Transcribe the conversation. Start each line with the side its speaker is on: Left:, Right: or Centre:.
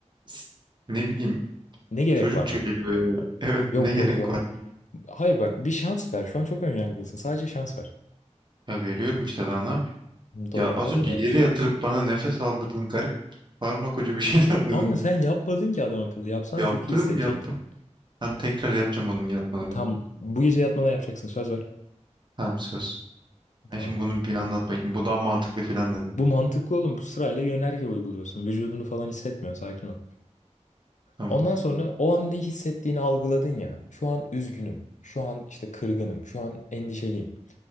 Right: s- ne bileyim
Left: Ne gerek
Right: çocukça
Left: var mı?
Right: geliyor ya. Evet
Left: Yok
Right: ne gerek
Left: yok yok.
Right: var?
Left: Hayır bak bir şans ver. Şu an çok önyargılısın. Sadece şans ver.
Right: Ya veriyorum işte daha ne yapayım?
Left: Doğru
Right: Ya az
Left: o
Right: önce
Left: da doğru.
Right: yere yatırıp bana nefes aldırdın garip koca bir <laughs> şeyler dedin.
Left: Ama sen yapmadın ki adam akıllı. Yapsan
Right: Yaptım
Left: çok iyi hissedecektin.
Right: yaptım. Hem tekrar yapacağım onun yatmadan
Left: Tam
Right: önce.
Left: bu gece yatmadan yapacaksın söz ver.
Right: Hem söz.
Left: Tamam.
Right: Ben şimdi bunu bir anlat bakayım. Bu daha mantıklı filan dedin.
Left: Bu mantıklı oğlum. Bu sırayla yönerge uyguluyorsun. Vücudunu falan hissetmiyorsun. Sakin ol.
Right: Tamam.
Left: Ondan sonra o an ne hissettiğini algıladın ya. Şu an üzgünüm. Şu an işte kırgınım. Şu an endişeliyim.